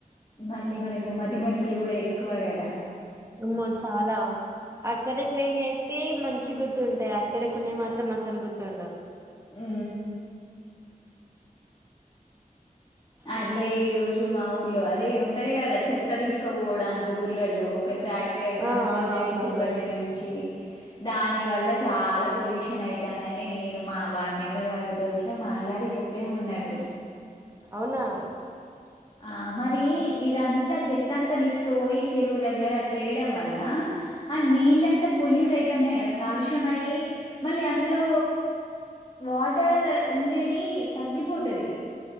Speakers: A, on the left; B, on the right.
A: మళ్ళీ మనకు మతిమరపులు కూడా ఎక్కువ కదా
B: ఉమ్మో చాలా అక్కడ క్లీన్ అయితే మన్ మంచి గుర్తుంటాయి అక్కడ కొనేయి మాత్రం అసలు గుర్తుండవు
A: ఉ అర్లే
B: ఇంకా
A: ఈ రోజు మాఊర్ లో అదే ఉంటది కదా చెత్త తీసుకోపోవడానికి ఊర్లల్లో ఒక ట్రాక్టర్ గ్రామ
B: ఆ
A: పంచాయతీ
B: ఆ అవునవును
A: సిబ్బంది నుంచి దాని వల్ల చాలా పొల్యూషన్ అవుతదిని నేను మా వార్డ్ మెంబర్ వాళ్ళతో ఇట్లా మాట్లాడి చెప్ చెప్పేమన్నటటు
B: వున్నా
A: ఆ మరి ఇదంతా చెత్తంతా తీసుకుపోయి చెరువు దగ్గర అట్ లేయడం వల్ల ఆ నీళ్ళంతా పొల్యూట్ అయితున్నాయి కదా కాలుష్య అయి మళ్ళీ అందులో వాటర్ ఉండేది తగ్గిపోతుది